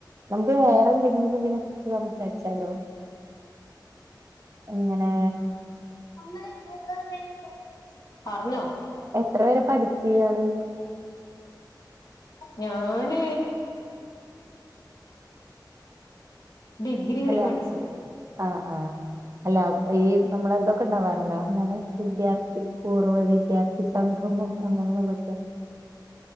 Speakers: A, on the right; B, on the left.
A: നമുക്ക് വേറെന്തെങ്കിലും തിനെ കുറിച്ച് സംസാരിച്ചാലോ ഇങ്ങനെ
B: അങ്ങനെ പോകാതെ <unintelligible> പറഞ്ഞോ
A: എത്രവരെ പഠിച് ഇയാള്
B: ഞാന്. ഡിഗ്രി വരെ
A: അല്ല
B: പഠിച്ചു
A: ആഹ ആഹ അല്ല. ഈ നമ്മളതൊക്കെ ഉണ്ടാവാറുണ്ടാ ന്താണ് വിദ്യാർത്ഥി പൂർവ്വ വിദ്യാർത്ഥി സംഗമം അങ്ങനെ. പച്ചേ. <inaudible>
B: <inaudible>